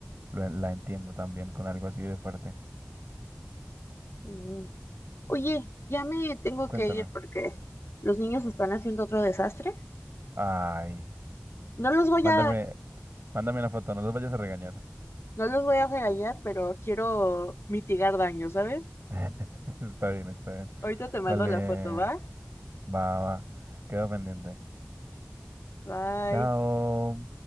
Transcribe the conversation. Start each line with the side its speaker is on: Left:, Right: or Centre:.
Right: Lo- la entiendo también con algo así de fuerte.
Left: Mm. Oye, ya me tengo
Right: Cuéntame.
Left: que ir porque los niños están haciendo otro desastre.
Right: Ay,
Left: No los voy
Right: mándame,
Left: a
Right: mándame una foto, no los vayas a regañar.
Left: No los voy a regañar, pero quiero mitigar daño, ¿sabes?
Right: <laughs> Está bien, está bien.
Left: Ahorita te mando
Right: Dale,
Left: la foto, ¿va?
Right: va, va. Quedo pendiente.
Left: Bye.
Right: Chao.